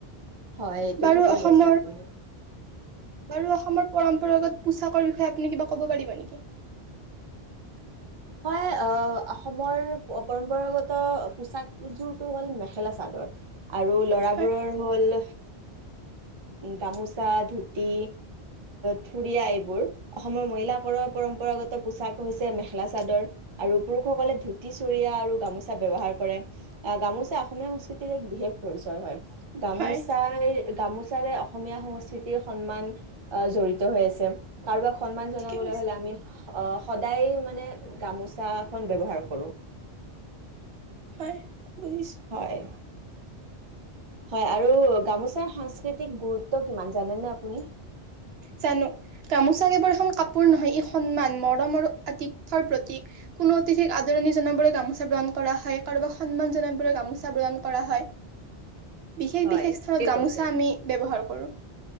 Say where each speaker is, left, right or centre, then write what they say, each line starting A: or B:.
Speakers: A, on the right; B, on the right.
A: হয়, এইটো
B: বাৰু
A: ঠিকেই
B: অসমৰ
A: কৈছে আপুনি।
B: বাৰু অসমৰ পৰম্পৰাগত পোছাকৰ বিষয়ে আপুনি কিবা ক'ব পাৰিব নেকি?
A: হয় অসমৰ পৰম্পৰাগত পোচাকযোৰটো হ'ল মেখেলা চাদৰ। আৰু ল'ৰাবোৰৰ
B: হয়,
A: হ'ল গামোচা, ধুতি, থুুৰীয়া এইবোৰ অসমৰ মহিলাকৰ পৰম্পৰাগত পোছাক হৈছে। মখেলা চাদৰ আৰু পুৰুষসকলে ধুতি, চুৰিয়া আৰু গামোচা ব্যৱহাৰ কৰে। গামোচা অসমীয়া সংস্কৃতিৰ এক বিশেষ পৰিচয় হয়। গামোচাই
B: হয়
A: গামোচাৰে অসমীয়া সংস্কৃতিৰ সন্মান জড়িত হৈ আছে কাৰোবাক। সন্মান জনাবলৈ
B: ঠিকেই কৈছে
A: হ'লে আমি সদায় মানে। গামোচা এখন ব্যৱহাৰ কৰো
B: হয় বুজ।
A: হয় হয় আৰু গামোচাৰ সাংস্কৃতিক গুৰুত্ব কিমান জানেনে আপুনি?
B: জানো গামোচা কেৱল এখন কাপোৰ নহয় ই সন্মান, মৰম আৰু আতিথ্যৰ প্ৰতিক। কোনো অতিথিক আদৰণি জনাবলৈ গামোচা প্ৰদাণ কৰা হয় কাৰোবাক সন্মান জনাবলৈ গামোচা প্ৰদাণ কৰা হয়। বিশেষ
A: হয়
B: বিশেষ স্থানত
A: ঠিকেই
B: গামোচা
A: কৈছে
B: আমি ব্যৱহাৰ কৰোঁ